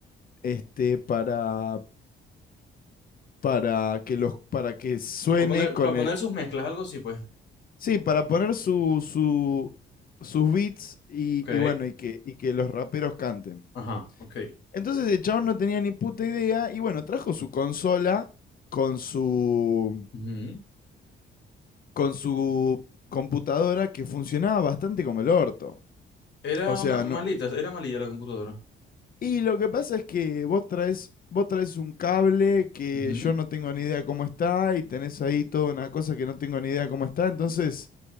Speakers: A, on the left; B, on the left.
A: este, para para que los, para que suene
B: Para poner,
A: con
B: para poner
A: el,
B: sus mezclas, algo así, pues.
A: sí, para poner su, su, sus beats y,
B: Ok.
A: y bueno, y que, y que los raperos canten.
B: Ajá, ok.
A: Entonces el chabón no tenía ni puta idea y bueno, trajo su consola con su,
B: Ujú.
A: con su computadora que funcionaba bastante como el orto.
B: Era
A: O sea,
B: una malita,
A: no-
B: era malilla la computadora.
A: y lo que pasa es que vos traes, vos traes un cable que
B: Ujú.
A: yo no tengo ni idea cómo está y tenés ahí toda una cosa que no tengo ni idea cómo está, entonces...